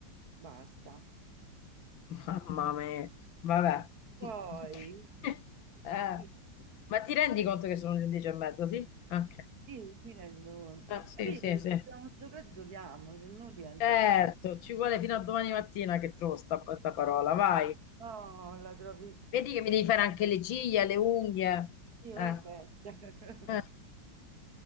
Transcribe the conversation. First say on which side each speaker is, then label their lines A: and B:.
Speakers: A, on the right; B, on the left.
A: Basta.
B: mamma mia, vabbè.
A: Poi,
B: <laughs> Eh,
A: <laughs> sì,
B: ma ti rendi conto che sono le 10 e mezzo, sì? Ok.
A: mi rendo conto.
B: Eh,
A: Ho
B: sì,
A: capito
B: sì,
A: che
B: sì.
A: se dobbiamo giocare, giochiamo, se no diventa...
B: Certo, ci vuole fino a domani mattina che trovo sta, sta parola, vai.
A: No, la trovi...
B: Vedi che mi devi fare anche le ciglia, le unghie.
A: Sì, vabbè.
B: Eh,
A: <laughs>
B: eh.